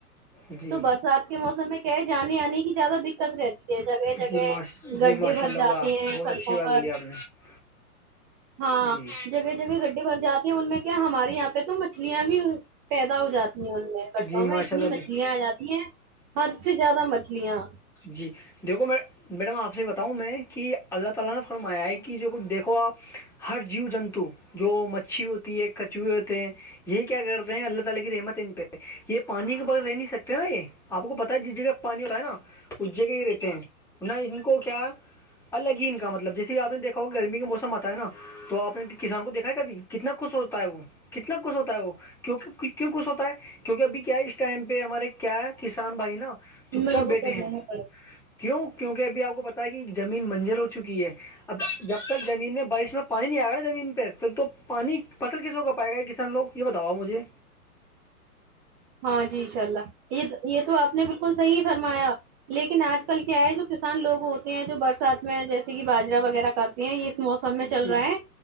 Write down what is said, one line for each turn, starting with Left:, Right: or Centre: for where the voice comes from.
Centre: ہے جی
Right: تو برسات کے موسم میں کیا ہے جانانی آنے کی زیادہ د دقت رہتی ہے جگہ جگہ
Centre: جی ماش جی
Right: گڈی
Centre: ماشاء
Right: بھر
Centre: اللہ
Right: جاتی
Centre: واہ
Right: ہے
Centre: بہت
Right: سڑکوں
Centre: اچھی بات
Right: پر
Centre: بولی آپ نے
Right: ہاں
Centre: جی
Right: جگہ جگہ گڈی بھر جاتی ان میں کیا ہمارے یہاں پہ تو مچھلیاں بھی پیدا ہو جاتی
Centre: جی
Right: کا میں
Centre: ماشاء
Right: اتنی
Centre: اللہ
Right: مچھلیاں آ جاتی ہیں حد سے زیادہ مچھلیاں
Centre: جی دیکھو میں میڈم آپ سے بتاؤں میں کہ اللہ تعا لا نے فرمایا ہے کہ جو کچھ دیکھو آپ ہر جیو جنتو جو مچھی ہوتی ہے کچوے ہوتے ہیں یہ کیا کرتے ہیں اللہ تعالی کی رحمت ان پہ یہ پانی کے ب رہ نہیں سکتے نا یہ آپ کو پتا ہے جس جگہ پانی ہو رہتاا ہے نا اس جگہ ہی رہتے ہیں نہ ان کو کیا الگ ہی ان کا مطلب جیسے آپ نے دیکا ہو گرمی کا موسم آتا ہے نا تو آپ نے کسان کو دیکھا ہے کبھی کتنا خوش ہوتا ہے وہ کتنا کھ ہوتا ہے وہ کی کیوں کچھ ہوتا ہے کیونکہ ابھی کیا اس ٹائم پہ ہمارے کیا کسان بھائی نا چپ
Right: میں
Centre: چاپ
Right: وہ
Centre: بیٹھے
Right: کر
Centre: ہیں
Right: لینا پڑے
Centre: کیوں کیونکہ ابھی آپ کو پتا ہے کہ زمین منجر ہو چکی ہے اب جب تک زمین میں بارش میں پانی نہیں آئے گا نا زمین پہ سر تو پانی فصل کس ہو کا پائے گا کان لوگ یہ بتاؤا مجھے
Right: ہاں جی ان شاء اللہ یہ یہ تو آپ نے بالکل صحیح فرمایا لیکن آج کل کیا ہے جو کسان لوگ ہوتے ہیں جو برسات میں جیسے کہ باجرا وغیرہ کا کرتی ہیں اس موسم میں چل
Centre: جی
Right: رہا ہے